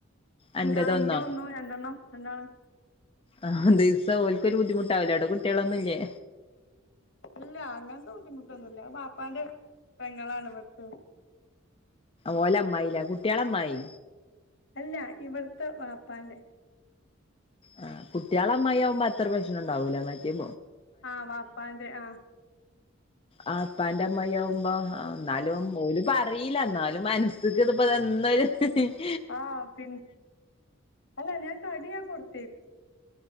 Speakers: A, on the left; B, on the left.
A: അന്റതൊന്നോ
B: ആ ഇന്റെ ഒന്നും രണ്ടെണ്ണം രണ്ടാ ണ്.
A: ആ ദിവസം ഓല്ക്കൊരു ബുദ്ധിമുട്ടാവലോ അവിടെ കുട്ടികളൊന്നുംല്ലേ.
B: ഇല്ല അങ്ങനത്തെ ബുദ്ധിമുട്ടൊന്നുല്ല. ബാപ്പാന്റെ പെങ്ങളാണ് ഇവട്തെ
A: ഓല അ്മായിലേ കുട്ടികളമ്മായി
B: അല്ല ഇവിടത്തെ വാപ്പാന്റെ
A: ആ കുട്ട്കള അ്മായിയാവുമ്പോ അത്ര പ്രശ്നം ഉണ്ടാവൂലേ മാറ്റ്യയെ
B: ആ് വാപ്പാന്റെ ആഹ്
A: ആ പ്പന്റെ അമ്മയാവുമ്പോ ആ ന്നാലും ഓല് പ റീല്ല എന്നാലും മനസ്സ്ക്ക് ഇതൊന്നൊര് ഹ
B: ആഹ് പി അല്ല ഞാൻ കടി ഞൻ കൊടുത്ത്അയക്കും.